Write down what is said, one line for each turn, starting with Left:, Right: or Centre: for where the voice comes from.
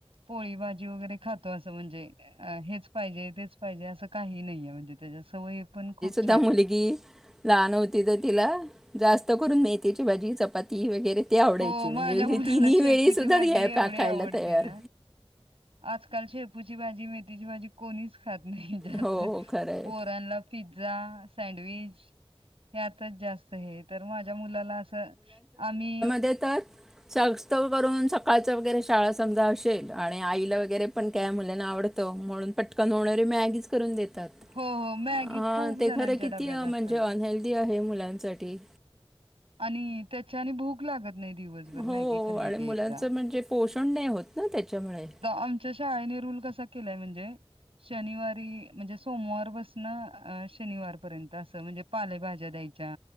Right: पोळी भाजी वगैरे खातो अस म्हणजे हेच पाहिजे तेच पाहिजे अस काही नाहीे म्हणजे त्याच्या सवयी पण खुप
Centre: तेव्हा मुलगी लहान होती तर तिला जास्त करून मेथीची भाजी चपाती वगैरे ती आवडायची
Right: हो
Centre: म्हणजे
Right: माझ्या मुलाला
Centre: तिन्ही
Right: शेपूची
Centre: वेळी सुद्धा
Right: भाजी
Centre: ह्या
Right: एवढी
Centre: खायला
Right: आवडती
Centre: तयार
Right: ना आजकाल शेपुची भाजी मेथीची भाजी कोणीच खात नाही जास्त
Centre: हो, हो, खरं आहे.
Right: पोराला पिझ्झा सँडविच ह्यातच जास्त हे तर माझ्या मुलाला अस आम्ही
Centre: ते तर करून सकाळच वगैरे शाळा समजा असेल आणि आईला वगैरे पण काय मुलांना आवडत म्हणून पटकन होणारी मॅगीच करून देत अं
Right: हो हो मॅगी खूप जणांच्या
Centre: ते खरं किती
Right: डब्यात
Centre: म्हणजे
Right: असतात.
Centre: अनहेल्दी आहे मुलांसाठी
Right: आणि त्या त्याच्यानी भुक लागत नाही दिवसभर
Centre: हो
Right: मॅग्गी खाल्ली
Centre: आणि
Right: की
Centre: मुलांचं
Right: एकदा
Centre: म्हणजे पोषण नाही होत ना त्याच्यामुळे.
Right: आमच्या शाळेने रूल कसा केलाय म्हणजे शनिवारी म्हणजे सोमवार पासण शनिवारपर्यंत अस म्हणजे पालेभाज्या द्यायच्या